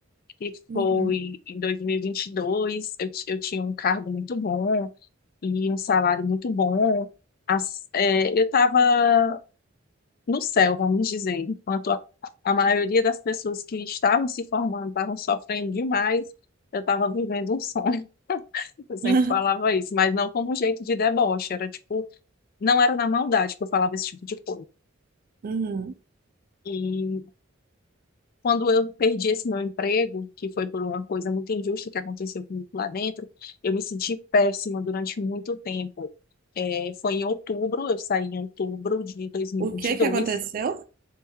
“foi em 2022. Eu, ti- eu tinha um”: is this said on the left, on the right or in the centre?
Left